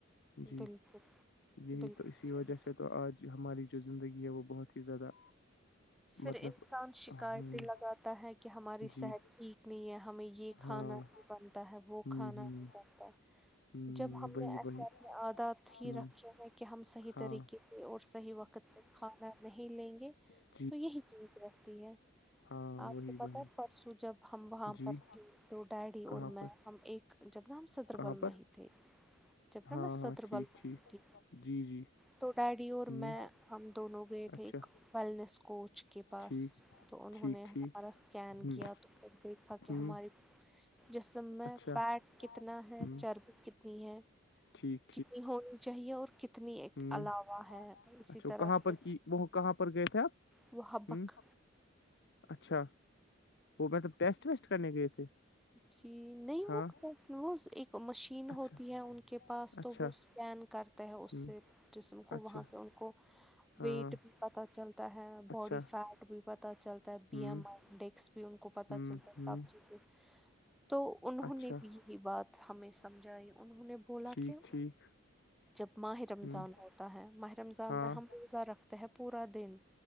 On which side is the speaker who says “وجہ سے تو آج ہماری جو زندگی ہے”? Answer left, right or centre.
Left